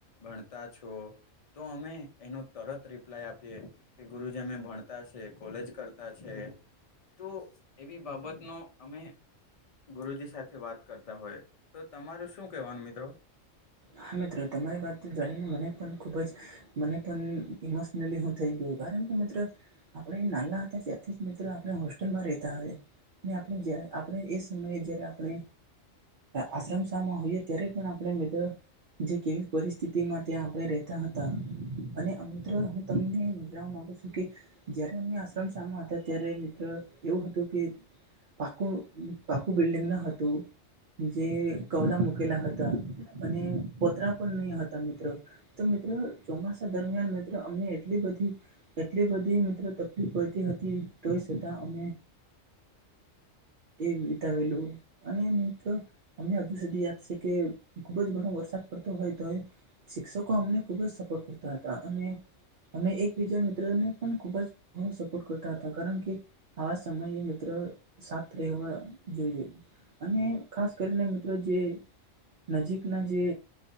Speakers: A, on the left; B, on the right.
A: ભણતા છો તો અમે એનો તરત રિપ્લાય આપીએ. કે ગુરુજી અમે ભણતા છે કોલેજ કરતા છે. તો એવી બાબતનો અમે. ગુરુજી સાથે વાત કરતા હોય તો તમારું શું કહેવાનું મિત્રો.
B: હા મિત્રો તમારી વાત જાણીને મને પણ ખૂબ જ મને પણ ઇમો. ું થઈ ગયું કારણ કે મિત્ર આપણે નાલા હતા ત્યાંથી મિત્રો આપ. હોલમાં રહેતા હોય અનેણે આપણે એ સમયે જ્યારે આપણે. આશ્રમ શાહમાં હોઈએ ત્યારે પણ આપણે મિત્ર. જે કેવી પરિસ્થિતિમાં ત્યાં આપણે રહેતા હતા. અને હું તમને જણવા માંગુ છું કે જયારે અમે આશ્રમ સામ હતા અત્યારે મિત્ર એવું હતું કે પાકું પાકું બિલ્ડિંગ ન હતું. જે કવલા મૂકેલા હતા અને. પોતરા પણ નહીં હતા મિત્રો તો મિત્રો ચોમાસા દરમિયાન મિત્રો અમને એટલી બધી. એટલી બધી મિત્રો તકલીફ પડતી હતી તોય સતાા અમે. એ વિતાવેલું અને મિત્રો. અમને હજુ સુધી યાદ છે કે ખુબ જ ઘણો વરસાદ. હોય તો શિક્ષકો અમને ખુબ જ સપોર્ટ કરતા હતા અને અમે એક બીજા મિત્રોને પણ ખૂબ જ ઘણો સપોર્ટ કરતા હતા કારણ કે આવા સમયે મિત્રો સા રહેવા જોઈએ અને ખાસ કરીને મિત્રો જે નજીકના જે